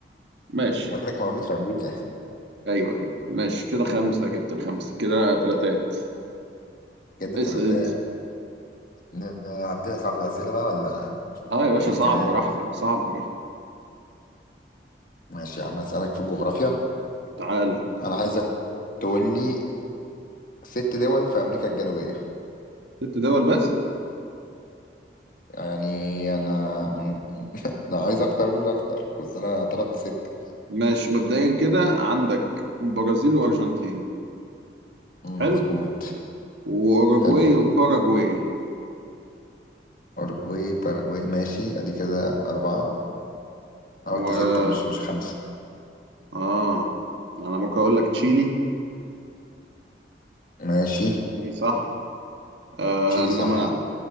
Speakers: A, on the right (about 85°); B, on the left (about 50°).
A: ماشي
B: بقول لك مولود في أمريكا
A: ايوه ايوه ماشي كده خمسه جبت الخمسه كده تلاتات
B: كده
A: اسأل
B: تلاتات
A: انت
B: ن- هبتدي أصعب الأسئلة بقى ولا
A: اه يا باشا
B: ولا إيه
A: صعب
B: الكلام
A: براحتك صعب براحتك
B: ماشي يا عم هسألك في الجغرافيا
A: تعالى
B: أنا عايزك تقول لي ست دول في أمريكا الجنوبية
A: ست دول بس
B: يعني انا م- <laughs> لو عايز اكتر اقول اكتر بس انا طلبت ستة
A: ماشي مبدئيا كده عندك برازيل وارجنتين حلو
B: مظبوط
A: واوروجواي
B: حلو
A: وباراجواي
B: اورجواي باراجواي ماشي ادي كده اربعة أنا
A: و
B: قلت ستة مش مش خمسة
A: اه انا ممكن اقول لك تشيلي
B: ماشي
A: صح آه
B: شيلي
A: انما
B: صح انت